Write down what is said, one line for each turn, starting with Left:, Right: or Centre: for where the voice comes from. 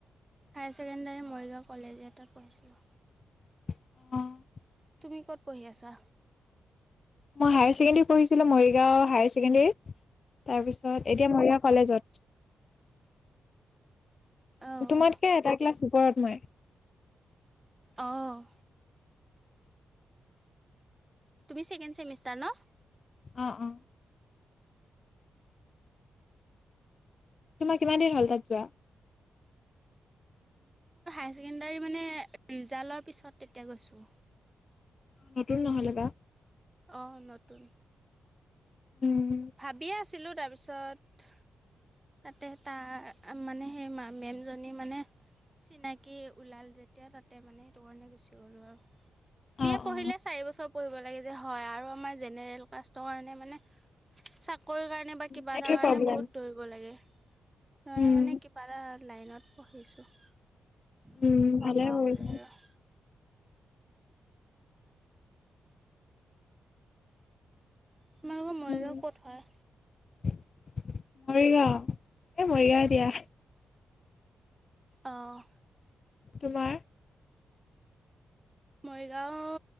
Right: হাই ছেকেণ্ডাৰী মৰিগাঁও কলেজ এটাত পঢ়িছিলোঁ।
Left: অ',
Right: তুমি ক'ত পঢ়ি আছা?
Left: মই হাই ছেকেণ্ডৰী পঢ়িছিলো মৰিগাঁও হাই ছেকেণ্ডৰী তাৰপিছত এতিয়া মৰিগাঁও কলেজত।
Right: অঁ
Left: তোমাতকে এটা ক্লাছ ওপৰত মই।
Right: অ', তুমি ছেকেণ্ড ছেমিষ্টাৰ ন?
Left: অ', অ', তোমাৰ কিমান দেৰি হল তাত যোৱা?
Right: হাই ছেকেণ্ডাৰী মানে ৰিজালৰ পিছত তেতিয়া গৈছোঁ।
Left: নতুন নহলে বা
Right: অ' নতুন।
Left: উম,
Right: ভাবিয়ে আছিলোঁ তাৰপিছত তাতে তাৰ মানে সেই মেমজনী মানে চিনাকি ওলাল যেতিয়া তাতে মানেইটো কাৰণে গুচি গ'লোঁ আৰু। বি
Left: অ',
Right: এ পঢ়িলে
Left: অ'।
Right: চাৰি বছৰ পঢ়িব লাগে যে হয়, আৰু আমাৰ জেনেৰেল কাষ্টৰ কাৰণে মানে চাক কৰি কাৰণে বা কিবা
Left: সেইটোৱে
Right: এটা কাৰণে
Left: প্ৰব্লেম।
Right: বহুত দৈৰি লাগে, সেইটুকাৰণে
Left: উম,
Right: মানে কিবা এটা লাইনত পঢ়িছোঁ।
Left: উম,
Right: খোৱা
Left: ভালে
Right: বোৱা
Left: কৰিছা।
Right: হলে আৰু। তোমালোকৰ মৰিগাওঁ
Left: উম,
Right: ক'ত হয়?
Left: মৰিগাঁও এ মৰিগাঁও দিয়া।
Right: অ',
Left: তোমাৰ?
Right: মৰিগাঁও